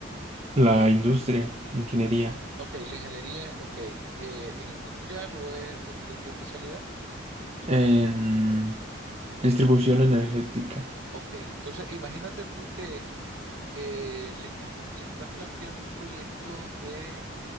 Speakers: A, on the right; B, on the right.
A: la industria, ingeniería,
B: Ok, la ingeniería, ok, eh, ¿es industrial o es de, de qué especialidad?
A: en distribución energética.
B: Ok, entonces imagínate tú que eh, le estás, le estás planteando un proyecto de,